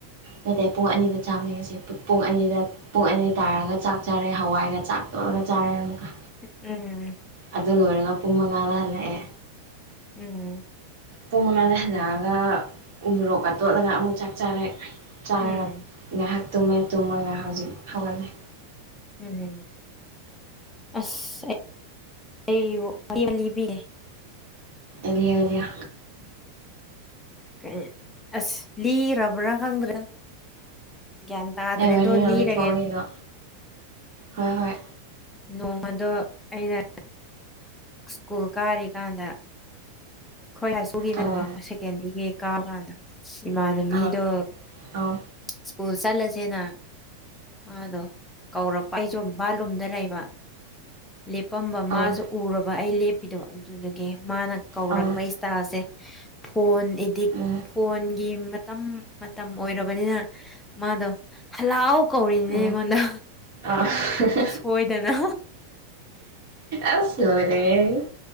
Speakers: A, on the right; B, in the centre.
A: ꯅꯠꯇꯦ ꯄꯨꯡ ꯑꯅꯤꯗ ꯆꯥꯕꯅꯤ ꯉꯁꯤ ꯄꯨꯡ ꯑꯅꯤꯗ ꯄꯨꯡ ꯑꯅꯤ ꯇꯥꯔꯒ ꯆꯥꯛ ꯆꯥꯔꯦ ꯍꯋꯥꯏꯒ ꯆꯥꯛ ꯇꯣꯠꯂꯒ ꯆꯥꯔꯦ ꯑꯃꯨꯛꯀꯥ
B: ꯎꯝ
A: ꯑꯗꯨ ꯂꯣꯏꯔꯒꯥ ꯄꯨꯡ ꯃꯉꯥꯗ ꯍꯜꯂꯛꯑꯦ
B: ꯎꯝ
A: ꯄꯨꯡ ꯃꯉꯥꯗ ꯍꯜꯂꯛꯑꯒ ꯎꯃꯣꯔꯣꯛꯀꯥ ꯇꯣꯠꯂꯒꯥ ꯑꯃꯨꯛ ꯆꯥꯛ ꯆꯥꯔꯦ ꯆꯥꯔꯒ
B: ꯎꯝ
A: ꯉꯥꯏꯍꯥꯛ ꯇꯨꯝꯃꯦ ꯇꯨꯝꯃꯒ ꯍꯧꯖꯤꯛ ꯍꯧꯒꯠꯂꯦ
B: ꯎꯝ ꯑꯁ ꯑꯩ <unintelligible> ꯂꯤꯕꯤꯒꯦ
A: ꯑꯦ ꯂꯤꯌꯣ ꯂꯤꯌꯣ
B: ꯀꯩ ꯑꯁ ꯂꯤꯔꯕ꯭ꯔꯥ ꯈꯪꯗ꯭ꯔꯦꯗ ꯒ꯭ꯌꯥꯟ ꯇꯥꯗ꯭ꯔꯦꯗꯣ
A: ꯀꯩ ꯋꯥꯔꯤꯅꯣ
B: ꯂꯤꯔꯒꯦ
A: ꯂꯤꯊꯣꯛꯑꯣ ꯀꯩꯅꯣ ꯍꯣꯏ ꯍꯣꯏ
B: ꯅꯣꯡꯃꯗꯣ ꯑꯩꯅ ꯁ꯭ꯀꯨꯜ ꯀꯥꯔꯤꯀꯥꯟꯗ ꯈꯣꯏ ꯍꯥꯏꯁ ꯄꯨꯒꯤꯅꯕ
A: ꯑꯧ
B: ꯁꯦꯀꯦꯟꯗ꯭ꯔꯤꯒꯤ ꯀꯥꯕ ꯀꯥꯟꯗ ꯏꯃꯥꯟꯅꯕꯤꯗꯣ
A: ꯑꯧ ꯑꯧ
B: ꯁ꯭ꯀꯨꯜ ꯆꯠꯂꯁꯦꯅ ꯃꯥꯗꯣ ꯀꯧꯔꯛꯄ ꯑꯩꯁꯨ ꯕꯥꯜꯂꯨꯝꯗ ꯂꯩꯕ ꯂꯦꯞꯄꯝꯕ
A: ꯑꯧ
B: ꯃꯥꯖꯨ ꯎꯔꯥꯕ ꯑꯩ ꯂꯦꯞꯄꯤꯗꯣ ꯑꯗꯨꯗꯒꯤ ꯃꯥꯅ ꯀꯧꯔꯛꯄ
A: ꯑꯧ
B: ꯏꯁꯇꯥꯜꯁꯦ ꯐꯣꯟ ꯑꯦꯗꯤꯛ
A: ꯎꯝ
B: ꯐꯣꯟꯒꯤ ꯃꯇꯝ ꯃꯇꯝ ꯑꯣꯏꯔꯕꯅꯤꯅ ꯃꯥꯗꯣ ꯍꯂꯥꯎ ꯀꯧꯔꯤꯅꯤꯅꯦ
A: ꯎꯝ
B: ꯑꯩꯉꯣꯟꯗ
A: <unintelligible>
B: ꯁꯣꯏꯗꯅ
A: ꯑꯁ ꯂꯣꯏꯔꯦꯍꯦ